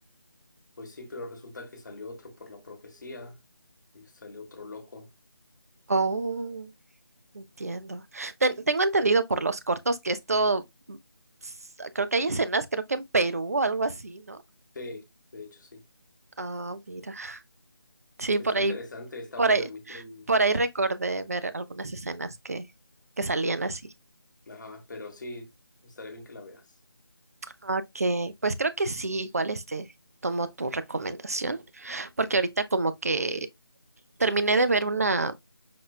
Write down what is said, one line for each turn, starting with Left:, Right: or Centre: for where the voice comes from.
Left: Pues sí, pero resulta que salió otro por la profecía y salió otro loco.
Right: Oh, entiendo. Ten- tengo entendido por los cortos que esto, s- creo que hay escenas, creo que en Perú o algo así, ¿no?
Left: Sí, de hecho sí.
Right: Ah, mira. Sí,
Left: Está
Right: por ahí,
Left: interesante, está
Right: por
Left: buena,
Right: ahí,
Left: a mí sí
Right: por ahí recordé ver algunas escenas que, que salían así.
Left: Ajá, pero sí, estaría bien que la veas.
Right: Ok, pues creo que sí, igual este, tomo tu recomendación, porque ahorita como que terminé de ver una,